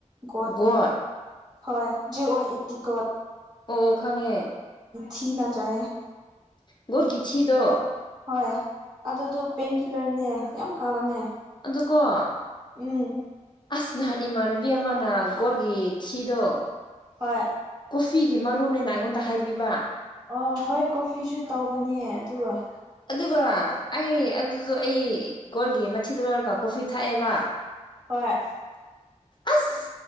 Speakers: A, on the right; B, on the left.
A: ꯒꯠ
B: ꯒꯣꯠ
A: ꯍ ꯑꯣ ꯑꯦ ꯇꯀꯠ
B: ꯑꯣ ꯈꯪꯉꯦ
A: ꯁꯤꯅ ꯆꯦ
B: ꯨꯔꯒꯤꯊꯤꯗ
A: ꯍꯣꯏ ꯑꯗꯨꯗꯣ ꯄꯦꯟꯀꯤꯤꯜꯂꯔꯅꯦ ꯌꯥꯝ ꯐꯕꯅꯦ
B: ꯑꯗꯨꯒꯀꯣ
A: ꯎꯝ
B: ꯑꯁ ꯅꯍꯥꯟ ꯏꯃꯥꯟꯅ ꯕꯤꯍꯃꯅꯥ ꯒꯣꯔꯒꯤ ꯊꯤꯗꯣ
A: ꯍꯣꯏ
B: ꯀꯣꯐꯤꯒꯤ ꯃꯔꯨꯅꯦꯅ ꯑꯩꯉꯣꯟꯗ ꯍꯥꯏꯕꯤꯕ
A: ꯑꯣ ꯍꯣꯏ ꯀꯣꯐꯤꯁꯨ ꯇꯧꯕꯅꯦ ꯑ
B: ꯑꯗꯨꯒ ꯑꯩ ꯑꯗꯨꯗꯣ ꯑꯩ ꯒꯣꯣꯔꯒꯤ ꯃꯊꯤꯗ ꯂꯧꯣꯏꯔꯒ ꯀꯣꯐꯤ ꯊꯥꯛꯑꯦꯕ
A: ꯍꯣꯏ
B: ꯑꯁ